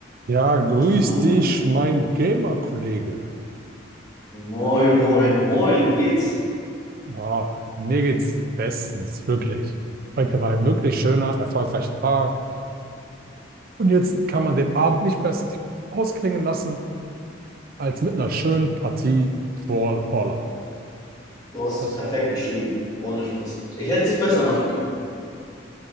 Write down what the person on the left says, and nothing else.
So,
moin, moin, moin, wie geht's?
Du hast
es perfekt beschrieben, ohne Spaß. Ich hätte es nicht besser machen können.